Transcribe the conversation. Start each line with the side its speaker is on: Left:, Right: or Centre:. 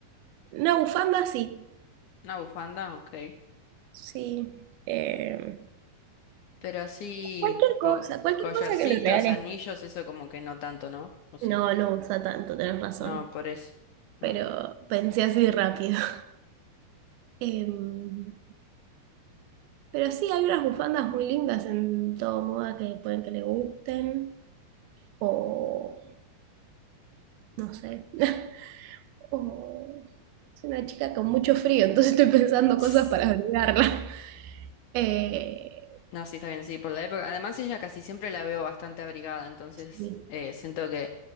Right: Una bufanda, sí.
Left: ¿Una bufanda? Ok.
Right: Sí. Eh,
Left: Pero así,
Right: Cualquier
Left: tipo,
Right: cosa, cualquier
Left: collarcitos,
Right: cosa que lo reales.
Left: anillos, eso como que no tanto, ¿no? ¿O sí?
Right: No, no usa tanto, tenés razón.
Left: No, por eso. No.
Right: Pero pensé así rápido. <laughs> Em, pero sí, hay unas bufandas muy lindas en todo moda que pueden que le gusten. O no sé. <laughs> O soy una chica con mucho frío, entonces estoy pensando
Left: Tss.
Right: cosas para abrigarla. <laughs> Eh,
Left: No, sí, está bien, sí, por la época. Además, ella casi siempre la veo bastante abrigada, entonces
Right: sí,
Left: eh, siento que,